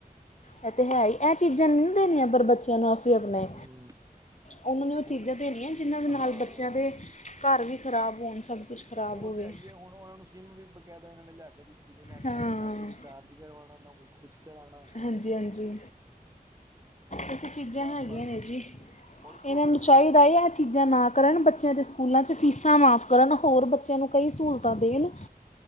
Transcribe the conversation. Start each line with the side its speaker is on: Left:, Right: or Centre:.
Left: ਇਹ ਤੇ ਹੈਈ ਇਹ ਚੀਜ਼ਾਂ ਨੀ ਨਾ ਦੇਣੀਆਂ ਪਰ ਬੱਚੇ ਬੱਚਿਆਂ ਨੂੰ ਅਸੀਂ ਆਪਣੇ
Right: ਹਮ
Left: ਉਹਨਾਂ ਨੇ ਉਹ
Right: ਹੁਣ
Left: ਚੀਜ਼ਾਂ ਦੇਣੀਆਂ ਜਿਹਨਾਂ ਦੇ ਨਾਲ
Right: ਹਾਂ
Left: ਬੱਚਿਆਂ ਦੇ। ਘਰ ਵੀ ਖ਼ਰਾਬ ਹੋਣ ਕੁਝ ਖਰਾਬ
Right: ਉਹ
Left: ਹੋਵੇ
Right: ਤੇ ਆਈਏ ਹੁਣ ਉਹਨਾਂ ਨੂੰ ਸਿਮ ਵੀ ਬਕਾਇਦਾ ਓਹਨਾਂ ਨੇ ਲਿਆ ਕੇ ਦਿੱਤੀ। ਨੈੱਟ
Left: ਹਾਂ
Right: ਵਾਲੀ ਨਾ ਕੋਈ ਰਿਚਾਰਜ ਕਰਵਾਣਾ ਨਾ ਕੋਈ ਕੁਛ ਕਰਾਣਾ।
Left: ਹਾਂਜੀ-ਹਾਂਜੀ, ਇੱਕ ਚੀਜ਼ਾਂ
Right: ਬਾਪਾ
Left: ਹੈਗੀਆਂ
Right: ਦੇ
Left: ਨੇ ਜੀ
Right: ਔਰ ਕੁਛ
Left: ਇਹਨਾਂ ਨੂੰ
Right: ਦੁਕਾਨ
Left: ਚਾਹੀਦਾ ਆ ਚੀਜ਼ਾਂ ਨਾ। ਕਰਨ ਬੱਚਿਆਂ ਦੇ ਸਕੂਲਾਂ 'ਚ ਫੀਸਾਂ ਮਾਫ਼ ਕਰਨ ਹੋਰ ਬੱਚਿਆਂ ਨੂੰ ਕਈ ਸਹੂਲਤਾਂ ਦੇਣ।